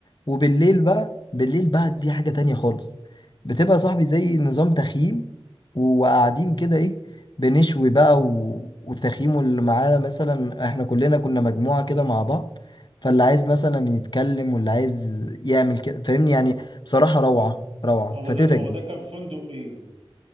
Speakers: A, on the left; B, on the right.
A: وبالليل بقى بالليل بقى دي حاجة تانية خالص بتبقى صاحبي زي نظام تخييم و- وقاعدين كده ايه بنشوي بقى و... وتخييمه اللي معانا مثلا احنا كلنا كنا مجموعة كده مع بعض فاللي عايز مثلا يتكلم واللي عايز يعمل كده فاهمني يعني بصراحة روعة روعة
B: هو
A: فاتتك
B: ده هو
A: دي
B: ده كان فندق ايه ده